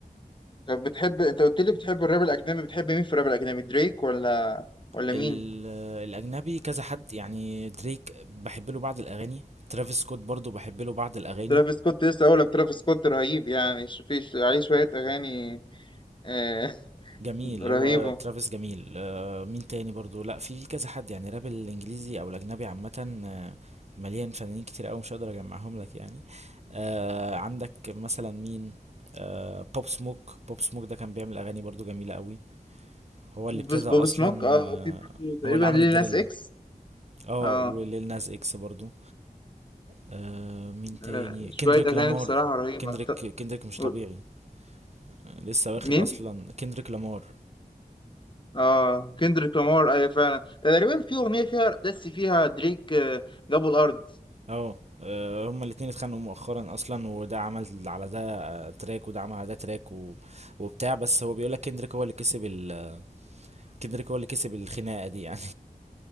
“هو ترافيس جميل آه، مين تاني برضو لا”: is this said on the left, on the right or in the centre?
Right